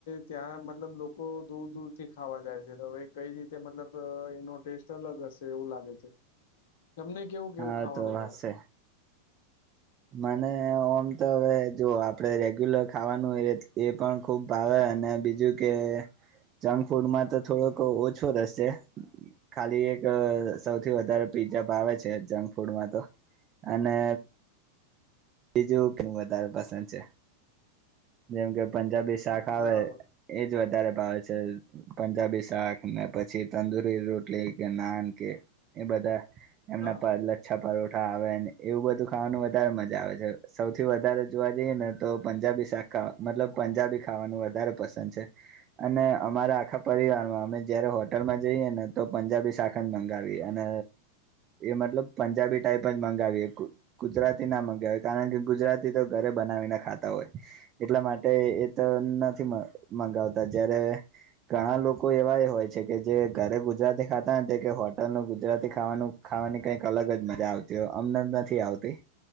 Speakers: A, on the left; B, on the right.
A: ત્યાં મતલબ લોકો દૂર દૂર થી ખાવા જાય છે તો હવે કઈ રીતે મતલબ એનો ટેસ્ટ અલગ હશે એવું લાગે છે. તમને કેવું કેવું
B: હા
A: ખાવાનું
B: તો હશે
A: ભાવે
B: મને ઓમ તો હવે જો આપડે રેગ્યુલર ખાવાનું એ એ પણ ખુબ ભાવે અને બીજું કે. જંક ફૂડમાં તો થોડોક ઓછો રેશે ખાલી એક સૌથી વધારે પીઝાા ભાંવે છે જંક ફૂડમાં તો અને બીજું કે વધારે પસંદ છે જેમ કે પંજાબી શાક આવે
A: બરાબર
B: એજ વધારે ભાવે છે. પંજાબી શાક ને પછી તંદુરી રોટલી કે નાન કે એ બધા એમના
A: હા
B: પર લચ્છા પરોઠા આવેને એવું બધું ખાવાનું વધારે મજા આવે છે. સૌવથી વધારે જોવા જઈએ ને તો પંજાબી શાક ખા મતલબ પંજાબી ખાવાનું વધારે પસંદ છે. અને અમારા આખા પરિવાર માં અમે જયારે હોટલ માં જઈએ ને તો પંજાબી શાક કન મંગાવી અને એ મતલબ પંજાબી ટાઈપ જ મગાવી ગુ ગુજરાતી ના મગાવી કારણ કે ગુજરાતી તો ઘરે બનાવીને ખાતા હોય એટલા માટે એ તો નથી મ મગાવતા જય્યારે ઘણા લોકો એવા ય હોય છે કે જે ઘરે ગુજરાતી ખાતા હોય ને કે હોટલ નું ગુજરાતી ખાવાનું ખાવાની કંઈક અલગ જ મજા આવતી હોય અમને નથી આવતી